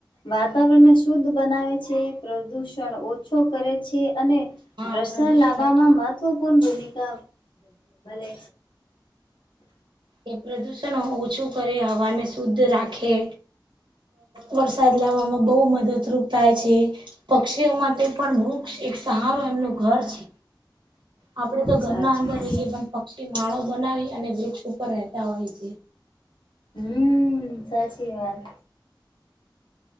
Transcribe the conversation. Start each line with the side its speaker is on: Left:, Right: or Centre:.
Left: વાતાવરણને શુદ્ધ બનાવે છે. પ્રદુષણ ઓછો કરે છે. અને
Right: હા
Left: ભ્રષ્ટ
Right: પ્રદુષણ
Left: લાવવામાં
Right: ઓછું
Left: મહત્વપૂર્ણ ભૂમિકા ભલે
Right: એ પ્રદુષણ ઓછું કરે હવાને શુદ્ધ રાખે વરસાદ લાવવામાં બહુ મદદરૂપ થાય છે. પક્ષીઓ માટે પણ વૂક્ષ એક સહારો એમનું ઘર છે. આપણે તો ઘરના
Left: સાચી
Right: અંદર
Left: વાત
Right: રહીએ પણ પક્ષી માળો બનાવી અને વૃક્ષ ઉપર રહેતા હોય છે.
Left: હમ સાચી વાત